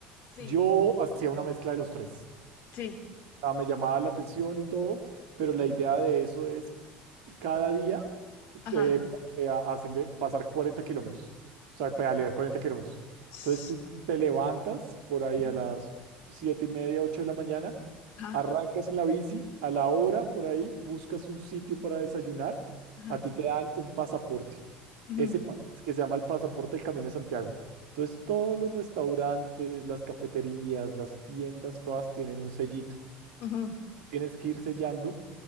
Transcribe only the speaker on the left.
sí,
sí,
ajá.
Ts-
ujú,
Ajá,
ajá,
ujú,
ujú,